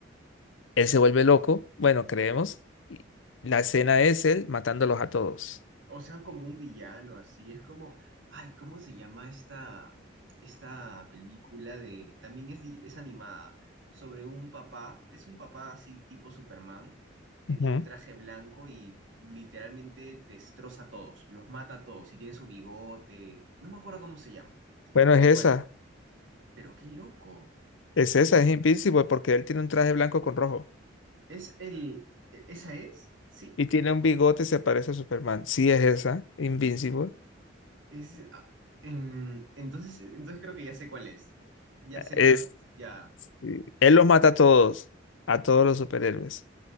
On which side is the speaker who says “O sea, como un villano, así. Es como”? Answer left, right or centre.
Right